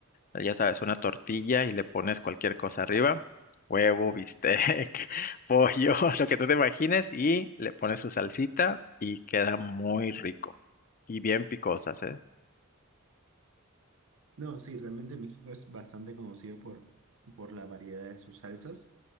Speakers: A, on the left; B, on the right.
A: Ya sabes, una tortilla y le pones cualquier cosa arriba, huevo, bistec, <laughs> pollo, <laughs> lo que tú te imagines y le pones su salsita y queda muy rico. Y bien picosas, ¿eh?
B: No, sí, realmente México es bastante conocido por, por la variedad de sus salsas.